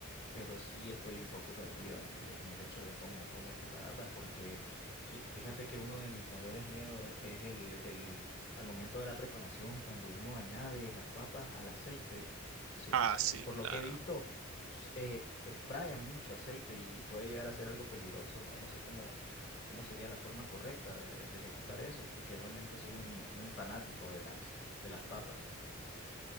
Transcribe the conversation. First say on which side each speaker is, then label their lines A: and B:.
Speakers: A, on the left; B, on the right.
A: pero sí estoy un poco perdido en el, en el hecho de cómo, cómo prepararlas, porque fí- fíjate que uno de mis mayores miedos es el, el, al momento de la preparación, cuando uno añade las papas al aceite, su-
B: Ah, sí,
A: por
B: claro.
A: lo que he visto, pues, eh, sprayan mucho aceite y puede llegar a ser algo peligroso, no, no sé cómo, cómo sería la forma correcta de, de ejecutar eso, porque realmente soy un, un fanático de las, de las papas.